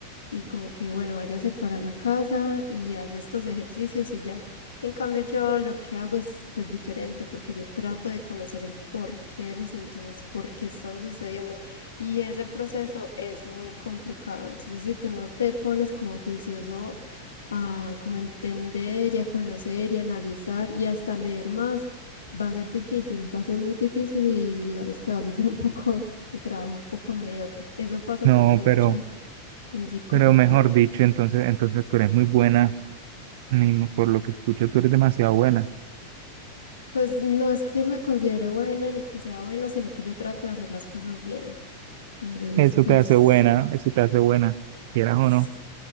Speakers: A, on the left; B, on the right.
A: y como que, bueno, váyase para la casa y hace estos ejercicios y ya. En cambio, yo lo que hago es pues diferente porque yo trato de conocer el porqué de los síntomas, por qué están sucediendo y ese proceso es muy complicado. Entonces, si tú no te pones como juicioso a como entender y a conocer y analizar y hasta leer más, va a ser difícil, va a ser muy difícil y digamos que vas a hacer un poco de trabajo un poco mediocre. Eso pasa
B: No,
A: también
B: pero,
A: mucho en psicología.
B: pero mejor dicho, entonces, entonces tú eres muy buena, Nimo, por lo que escucho, tú eres demasiado buena.
A: Pues no es que me considere buena ni que sea buena, sino que yo trato de hacer las cosas bien. Entonces,
B: Eso
A: pues,
B: te hace buena, eso te hace buena, quieras o
A: sí,
B: no.